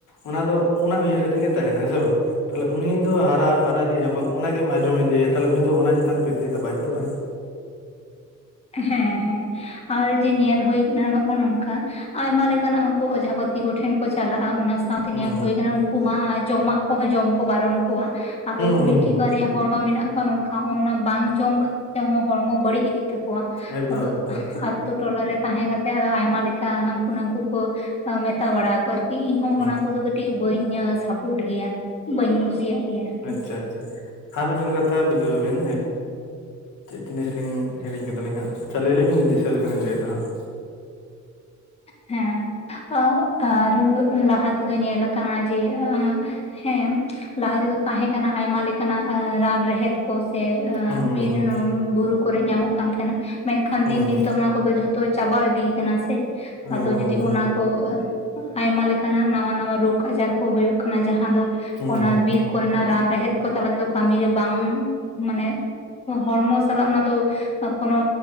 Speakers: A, on the left (about 85°); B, on the left (about 20°).
A: ᱚᱱᱟ ᱫᱚ ᱚᱱᱟ ᱩᱭᱦᱟᱹᱨᱟ ᱛᱮᱜᱮ ᱛᱟᱦᱮᱸᱱᱟ ᱦᱮᱸ ᱥᱮ ᱵᱟᱝ? ᱛᱟᱦᱞᱮ ᱩᱱᱤ ᱫᱚ ᱦᱟᱨᱟ ᱦᱟᱨᱟᱫᱮ ᱡᱚᱠᱷᱚᱱ ᱚᱱᱟᱜᱮᱢ ᱟᱸᱡᱚᱢ ᱮᱭᱟ ᱛᱟᱦᱚᱞᱮ ᱩᱱᱤ ᱫᱚ ᱚᱱᱟ ᱪᱮᱛᱟᱱ ᱯᱟᱹᱛᱭᱟᱹᱣ ᱛᱮ ᱵᱟᱫᱽᱫᱷᱚᱜ ᱟᱭ᱾
B: ᱦᱮᱸ ᱦᱮᱸ ᱟᱨ ᱡᱮ ᱧᱮᱞ ᱦᱩᱭ ᱮᱱᱟ ᱱᱚᱜᱼᱚᱭ ᱱᱚᱝᱠᱟ᱾ ᱟᱭᱢᱟ ᱞᱮᱠᱟᱱᱟᱜ ᱩᱱᱠᱩ ᱚᱡᱷᱟᱯᱟᱛᱤ ᱠᱚᱴᱷᱮᱱ ᱠᱚ ᱪᱟᱞᱟᱜᱼᱟ᱾ ᱥᱟᱶᱛᱮ
A: ᱦᱩᱸ
B: ᱧᱮᱞ ᱦᱳᱭ ᱠᱟᱱᱟ ᱩᱱᱠᱩ ᱢᱟ ᱡᱚᱢᱟᱜ ᱠᱚᱦᱚᱸ ᱡᱚᱢ ᱠᱚ ᱵᱟᱨᱚᱱ ᱠᱚᱣᱟ ᱟᱫᱚ
A: ᱦᱩᱸ ᱦᱩᱸ
B: ᱢᱤᱫ
A: ᱦᱩᱸ
B: ᱴᱮᱡ ᱵᱟᱨᱭᱟ ᱦᱚᱲᱢᱟ ᱢᱮᱱᱟᱜ ᱠᱚᱣᱟ ᱱᱚᱝᱠᱟ ᱚᱱᱟ ᱵᱟᱝ ᱡᱚᱢ ᱠᱷᱟᱹᱛᱤᱨ ᱛᱮᱦᱚᱸ ᱦᱚᱲᱢᱚ ᱵᱟᱹᱲᱤᱡ ᱤᱫᱤᱜ ᱛᱟᱠ
A: ᱮᱠᱫᱚᱢ
B: ᱟᱫᱚ
A: ᱮᱠᱫᱚᱢ
B: ᱟᱛᱩ ᱴᱚᱞᱟ ᱨᱮ ᱛᱟᱦᱮᱸ ᱠᱟᱛᱮ ᱟᱭᱢᱟ ᱞᱮᱠᱟ ᱦᱟᱹᱱᱠᱩ ᱱᱟᱝᱠᱩ ᱠᱚ ᱢᱮᱛᱟ ᱵᱟᱲᱟ ᱟᱠᱚᱣᱟ ᱟᱨᱠᱤ ᱤᱧᱦᱚᱸ
A: ᱦᱩᱸ
B: ᱚᱱᱟ ᱠᱚᱫᱚ ᱠᱟᱹᱴᱤᱡ ᱠᱤ ᱵᱟᱹᱧ ᱥᱟᱯᱳᱨᱴ ᱜᱮᱭᱟ ᱵᱟᱹᱧ ᱠᱩᱥᱤᱭᱟᱜ ᱜᱮᱭᱟ ᱟᱨᱠᱤ
A: ᱟᱪᱪᱷᱟ ᱟᱪᱪᱷᱟ ᱟᱨ ᱢᱤᱫᱴᱮᱱ ᱠᱟᱛᱷᱟ ᱵᱩᱡᱷᱟᱹᱣ ᱵᱤᱱ ᱪᱮᱫ ᱡᱤᱱᱤᱥ ᱞᱤᱧ ᱦᱤᱲᱤᱧ ᱠᱮᱫᱟᱞᱤᱧ ᱦᱟᱸᱜ ᱟᱪᱪᱷᱟ ᱞᱟᱹᱭ ᱞᱮᱵᱤᱱ ᱫᱤᱥᱟᱹ ᱞᱮᱠᱷᱟᱱᱤᱧ ᱞᱟᱹᱭᱫᱟ ᱦᱟᱸᱜ᱾
B: ᱦᱮᱸ ᱟᱨ ᱞᱟᱦᱟ ᱛᱮᱫᱚ ᱧᱮᱞ ᱠᱟᱱᱟ ᱡᱮ ᱦᱮᱸ ᱞᱟᱦᱟ ᱛᱮᱫᱚ ᱛᱟᱦᱮᱸ ᱠᱟᱱᱟ ᱟᱭᱢᱟ ᱞᱮᱠᱟᱱᱟᱜ ᱨᱟᱱ ᱨᱮᱦᱮᱫ᱾ ᱠᱚ ᱥᱮ
A: ᱦᱩᱸ ᱦᱩᱸ
B: ᱵᱤᱨ
A: ᱦᱩᱸ
B: ᱵᱩᱨᱩ ᱠᱚᱨᱮ ᱧᱟᱢᱚᱜ ᱠᱟᱱ ᱛᱟᱦᱮᱸᱱᱟ ᱢᱮᱱᱠᱷᱟᱱ
A: ᱦᱩᱸ
B: ᱫᱤᱱ ᱫᱤᱱ
A: ᱦᱩᱸ
B: ᱛᱮ ᱚᱱᱟ ᱠᱚᱫᱚ ᱡᱚᱛᱚ ᱛᱚ ᱪᱟᱵᱟ ᱤᱫᱤ ᱠᱟᱱᱟ ᱥᱮ
A: ᱮᱠᱫᱚᱢ
B: ᱟᱫᱚ ᱡᱩᱫᱤ
A: ᱮᱠᱫᱚᱢ
B: ᱚᱱᱟ ᱠᱚ ᱟᱭᱢᱟ ᱞᱮᱠᱟᱱᱟᱜ ᱱᱟᱣᱟ ᱱᱟᱣᱟ ᱨᱳᱜᱽ ᱟᱡᱟᱨ ᱠᱚ ᱦᱩᱭᱩᱜ ᱠᱟᱱᱟ ᱡᱟᱦᱟᱸ ᱫᱚ
A: ᱦᱩᱸ
B: ᱚᱱᱟ
A: ᱦᱩᱸ
B: ᱵᱤᱨ ᱠᱚᱨᱮᱱᱟᱜ ᱨᱟᱱ ᱨᱮᱦᱮᱫ ᱠᱚ ᱛᱟᱞᱟ ᱛᱮᱫᱚ ᱠᱟᱹᱢᱤᱨᱮ ᱵᱟᱝ ᱢᱟᱱᱮ ᱦᱚᱲᱢᱚ ᱥᱟᱞᱟᱜ ᱚᱱᱟ ᱫᱚ ᱠᱳᱱᱳ